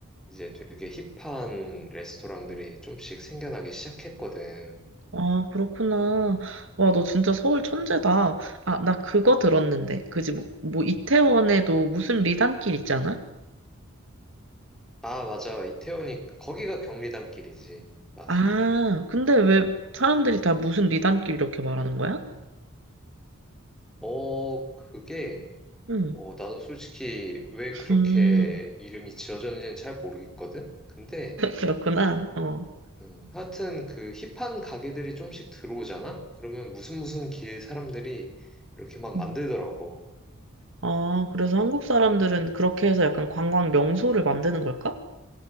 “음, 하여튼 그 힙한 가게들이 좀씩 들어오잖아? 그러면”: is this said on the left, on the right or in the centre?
Centre